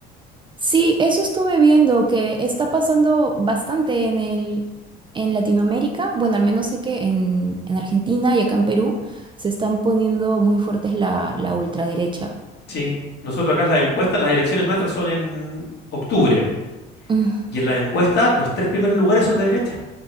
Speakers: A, on the right; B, on the left.
A: Sí, eso estuve viendo que está pasando bastante en el, en Latinoamérica. Bueno, al menos sé que en, en Argentina y acá en Perú se están poniendo muy fuertes la, la ultraderecha.
B: Sí, nosotros acá en las encuestas, las elecciones nuestras son en octubre.
A: Mm,
B: Y en las encuestas, los tres primeros lugares son de derecha.